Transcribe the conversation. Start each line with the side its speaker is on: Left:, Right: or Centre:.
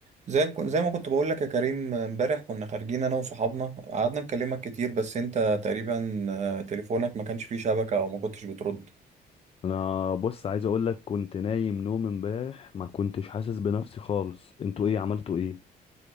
Right: زي الك- زي ما كنت بقول لك يا كريم امبارح كنا خارجين انا وصحابنا قعدنا نكلمك كتير بس انت تقريبا آه، تليفونك ما كانش فيه شبكة او ما كنتش بترد
Left: انا بص عايز اقول لك كنت نايم نوم امبارح ما كنتش حاسس بنفسي خالص انتوا ايه عملتوا ايه